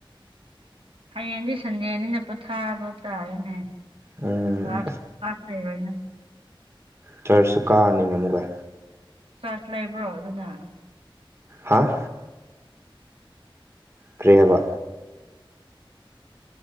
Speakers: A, on the right (about 80°); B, on the right (about 30°).
A: ꯍꯌꯦꯡꯗꯤ ꯁꯟꯗꯦꯅꯤꯅ ꯄꯣꯊꯥꯕ ꯇꯥꯔꯦꯅꯦ
B: ꯎꯝ
A: ꯀ꯭ꯂꯥꯁ
B: ꯑꯁ
A: ꯂꯩꯔꯣꯏꯅ
B: ꯆꯔꯁꯁꯨ ꯀꯥꯅꯤꯅꯦ ꯑꯃꯨꯛꯀ
A: ꯆꯥꯔꯖ ꯂꯩꯕ꯭ꯔꯣ ꯑꯗꯨꯗ
B: ꯍꯥꯥ ꯀꯔꯤ ꯍꯥꯏꯕ